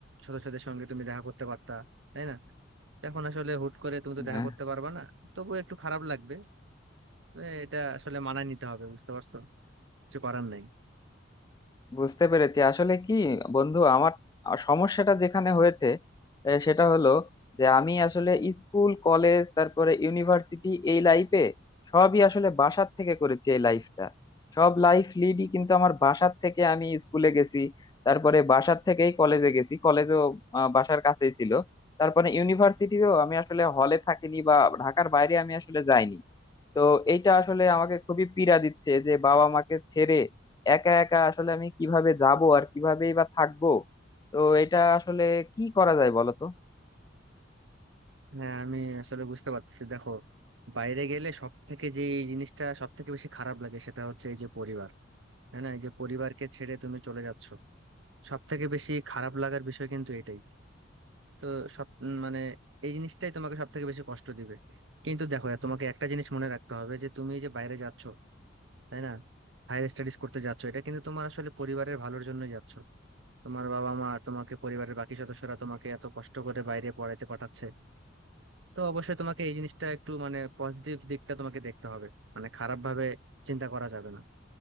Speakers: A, on the right; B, on the left.
A: সদস্যদের সঙ্গে তুমি দেখা করতে পারতা তাই না তো এখন আসলে হুট করে তুমি তো দেখা
B: হ্যাঁ
A: করতে পারবা না তবুও একটু খারাপ লাগবে এ, এটা আসলে মানায় নিতে হবে বুঝতে পারছো কিছু করার নাই
B: বুঝতে পেরেছি আসলে কি বন্ধু আমার সমস্যাটা যেখানে হয়েছে এ, সেটা হলো যে আমি আসলে স্কুল কলেজ তারপরে ইউনিভার্সিটি এই লাইফে সবই আসলে বাসার থেকে করেছি এই লাইফটা সব লাইফ লিডই কিন্তু আমার বাসার থেকে আমি স্কুলে গেছি তারপরে বাসার থেকেই কলেজে গেছি কলেজও আহ, বাসার কাছেই ছিল তারপরে ইউনিভার্সিটিও আমি আসলে হলে থাকিনি বা ঢাকার বাইরে আমি আসলে যাইনি তো এইটা আসলে আমাকে খুবই পীড়া দিচ্ছে যে বাবা মাকে ছেড়ে একা একা আসলে আমি কিভাবে যাব আর কিভাবেই বা থাকবো তো এটা আসলে কি করা যায় বলো তো
A: হ্যাঁ আমি আসলে বুঝতে পারতেছি দেখো বাইরে গেলে সব থেকে যে এই জিনিসটা সব থেকে বেশি খারাপ লাগে সেটা হচ্ছে এই যে পরিবার হ্যাঁ না এই যে পরিবারকে ছেড়ে তুমি চলে যাচ্ছ সব থেকে বেশি খারাপ লাগার বিষয় কিন্তু এটাই তো সব উম, মানে এই জিনিসটাই তোমাকে সব থেকে বেশি কষ্ট দিবে কিন্তু দেখো তোমাকে একটা জিনিস মনে রাখতে হবে যে তুমি এই যে বাইরে যাচ্ছ তাই না হায়ার স্টাডিজ করতে যাচ্ছ এটা কিন্তু তোমার আসলে পরিবারের ভালোর জন্যই যাচ্ছ তোমার বাবা মা তোমাকে পরিবারের বাকি সদস্যরা তোমাকে এত কষ্ট করে বাইরে পড়াতে পাঠাচ্ছে তো অবশ্যই তোমাকে এই জিনিসটা একটু মানে পজিটিভ দিকটা তোমাকে দেখতে হবে মানে খারাপ ভাবে চিন্তা করা যাবে না